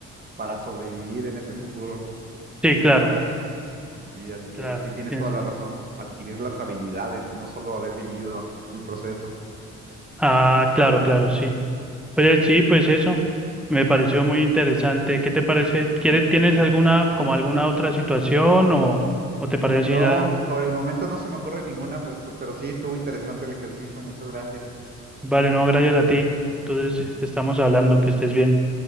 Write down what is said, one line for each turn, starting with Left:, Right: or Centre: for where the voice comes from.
Right: para sobrevivir en ese futuro.
Centre: Sí, claro,
Right: Sí, así
Centre: claro.
Right: es, sí tienes
Centre: tienes-
Right: toda la razón, adquirir las habilidades, no solo haber vivido el proceso.
Centre: Ah, claro, claro, sí. Oye, sí, pues eso. Me pareció muy interesante. ¿Qué te parece? ¿Quieres, tienes alguna como alguna otra situación o o te parece
Right: No,
Centre: si la
Right: por el momento no se me ocurre ninguna, pues, pero sí estuvo interesante el ejercicio. Muchas gracias.
Centre: Vale, no, gracias a ti. Entonces, estamos hablando, que estés bien.